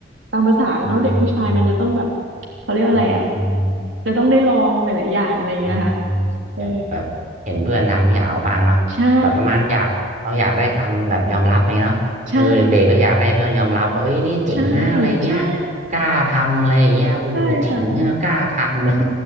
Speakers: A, on the right (about 75°); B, on the right (about 40°).
A: ตามภาษาเนาะเด็กผู้ชายมันจะต้องแบบ
B: อมอืมอืม
A: เขาเรียกว่าอะไรอ่ะ
B: อืม
A: จะต้องได้ลองหลายๆอย่างอะไรอย่างเงี้ยค่ะ
B: อมอืมแบบแบบเห็นเพื่อนทำอยากเอาบ้างเนาะแบบประมาณอยากเราอยากได้คำแบบยอมรับอย่างเงี้ยเนาะเออเด็กๆก็อยากให้เพื่อนยอมรับว่าเอ้ยนี่เจ๋งนะอะไรเงี้ย
A: เออใช่ใช่ ใช่ใช่
B: กล้าทำอะไรอย่างเงี้ยโอ้โหเจ๋งอะกล้าทำเลย
A: <laughs> ใช่ค่ะ